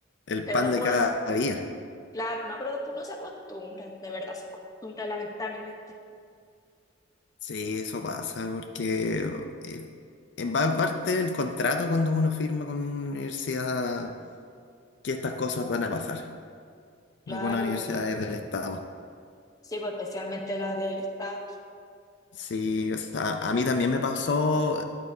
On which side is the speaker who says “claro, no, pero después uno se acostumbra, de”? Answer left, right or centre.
Left